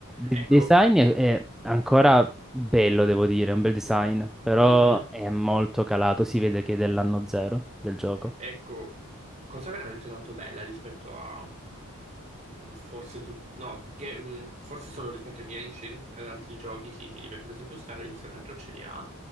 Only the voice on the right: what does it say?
Ecco,
mhm.
Ecco, cosa veramente tanto bella rispetto a mm, forse tu, no, che- mm, forse solo rispetto a Genshin ed altri giochi simili, perché ad esempio Star il personaggio ce li ha